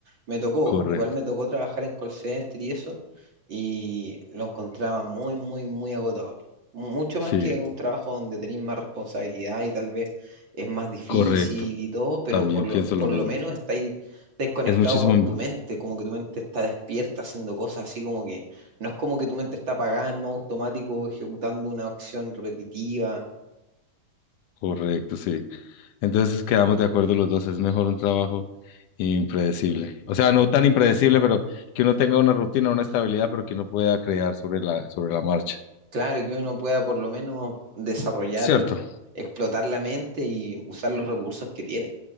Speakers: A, on the right; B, on the left.
A: Me tocó,
B: correcto.
A: igual me tocó trabajar en call center y eso, y lo encontraba muy, muy, muy agotador. Mu- Mucho
B: Sí,
A: más que un trabajo donde tenéis más responsabilidad y tal vez es más difícil
B: correcto.
A: y todo, pero
B: También
A: por lo,
B: pienso
A: por
B: lo mismo.
A: lo menos estáis desconectado
B: Es muchísimo
A: con
B: mejor.
A: tu mente, como que tu mente está despierta haciendo cosas así como que no es como que tu mente está apagada en modo automático ejecutando una acción repetitiva.
B: Correcto, sí. Entonces quedamos de acuerdo los dos, es mejor un trabajo impredecible. O sea, no tan impredecible, pero que uno tenga una rutina, una estabilidad, pero que uno pueda crear sobre la, sobre la marcha.
A: Claro, que uno pueda por lo menos desarrollar,
B: ¿Cierto?
A: explotar la mente y usar los recursos que tiene.